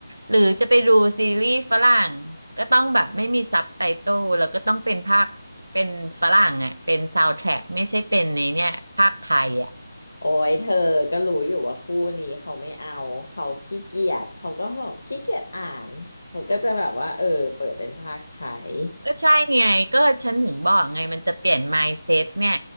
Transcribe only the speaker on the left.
โอ้ยเธอก็รู้อยู่ว่าคู่นี้เขาไม่เอาเขาขี้เกียจเขาก็บอกขี้เกียจอ่านเขาก็จะแบบว่าเออเปิดเป็นภาคไทย